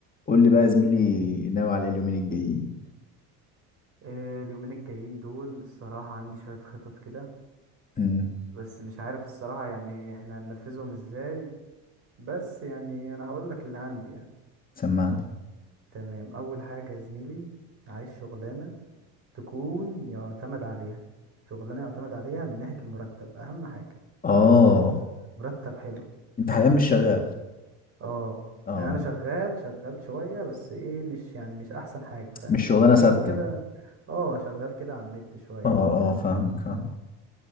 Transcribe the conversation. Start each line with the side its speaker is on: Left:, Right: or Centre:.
Left: قول لي بقى يا زميلي ناوي على ايه اليومين الجايين
Right: آه، اليومين الجايين دول الصراحة عندي شوية خطط كده
Left: امم
Right: بس مش عارف الصراحة يعني احنا هننفذهم ازاي بس يعني انا هقولك اللي عندي يعني
Left: سمعني
Right: تمام اول حاجة يا زميلي عايز شغلانة تكون يعتمد عليها شغلانة يعتمد عليها من ناحية المرتب اهم حاجة
Left: اه
Right: مرتب حلو
Left: انت حاليا مش شغال
Right: اه
Left: اه
Right: يعني انا شغال شغال شوية بس ايه مش يعني مش احسن حاجة فاهم
Left: مش شغلانه
Right: شغال
Left: ثابته
Right: كده اه شغال كده على النت شوية
Left: اه
Right: وبتاع
Left: اه فاهمك فاهمك